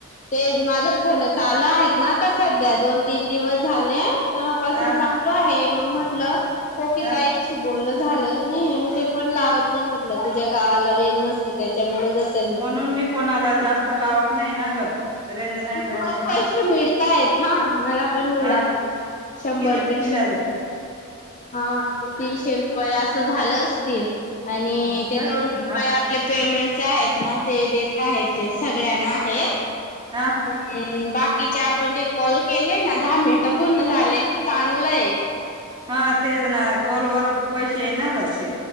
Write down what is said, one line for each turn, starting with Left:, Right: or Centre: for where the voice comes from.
Left: ते माझ फोन चालू आहेत, ना आता सध्या दोन तीन दिवस झाले. तेव्हापसन
Right: हा
Left: चांगल आहे. मग म्हटलं, हो कितााईशी
Right: ह
Left: बोलत झालं नाही. आणि ते पण लावत नाही. म्हटलं तिच्या्या गावाला रेन नसते त्याच्यामुळे, ट
Right: म्हणून मी कोणाला जास्त लावत नाही ना ग रेंज नाही राहते
Left: मला
Right: ना
Left: पैशे मिळताय हा मला पण मिळा
Right: हा
Left: शंभर
Right: किती
Left: दडशे
Right: मिळाले
Left: हा दो तीनशेप प असं झालं असती. आणि
Right: झालं
Left: ते दोन रुपये आपले पेमेंट, जे आहेत ना ते देत आहेत. ते सगळ्यांना आहे.
Right: हा
Left: हो बाकीचे आपण जे कॉल केले ना दहा मिनट पूर्ण झाले. की चांगलंय, हा
Right: हा तेच ना कॉलवरर पैसे ये ना ग ते..